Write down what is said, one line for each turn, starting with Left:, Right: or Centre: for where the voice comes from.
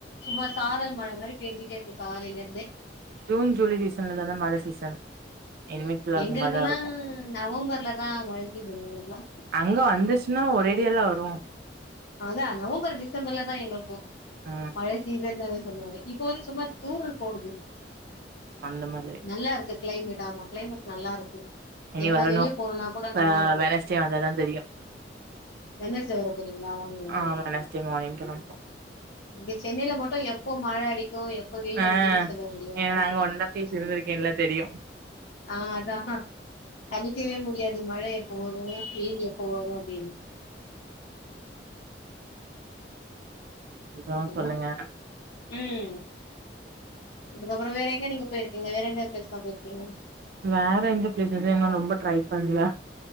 Left: சும்மா சாரல் மழ மாரி பேஞ்சிட்டே இருக்கு காலைல்யா இருந்தே
Right: ஜூன் ஜூலை சீசன்ல தான மழ சீசன் இனிமே ஃபுல்லா
Left: எங்களுக்கல்லா
Right: அந்த மாரிதா இருக்கு
Left: நவம்பர்லதா மழை சீசன் எங்களுக்லா
Right: நு அந்திஸ் னா ஒரேடியாலா வரு
Left: அதா நவம்பர் டிசம்பர்ல தா எங்கள்க்கு
Right: ம்
Left: மலைஸ் சீசன்லவே சொல்லுவே இப்போ வந்து ச்சும்மா தூரல் போடுது
Right: அந்த மாதிரி
Left: நல்லா இருக்கு க்ளைமேட் ஆமா க்ளைமேட் நல்லாருக்கு
Right: இனி
Left: எங்கனா
Right: வரணு
Left: வெளியே போவேனா கூட நல்லா
Right: ஆ
Left: இருக்கோ
Right: வெனஸ்டே வந்தாதா தெரியு
Left: என்ன சி வர போதுங் அவங் கங்
Right: ஆ வெனஸ்டே மார்னிங் கெளம்
Left: இங்க சென்னைய்ல மட்டு எப்போ மழ அடிக்கு எப் போ வெயில்
Right: ஆ
Left: அடிக்கவே சொல்ல முடியாது
Right: ஏ நாங்க ஒன் அண்ட் ஆஃப் இயர்ஸ் இருந்திருக்கேன்ல தெரியு
Left: ஆ அதா தனிக்கவே முடியாது மழே எப்போ வரு வெயில் எப்ப வரு அப்டின்
Right: இப்போ
Left: ஹலோ
Right: சொல்லுங்க
Left: ம் அதுக்கப்றோ வேற எங்க நீங்க போய்ர்க்கீங்க வேற எந்த ப்ளேஸ்லா போய்ர்க்கீங்க
Right: வேற எந்த ப்ளேஸ் எதென்னு ரொம்ப ட்ரை பண்ல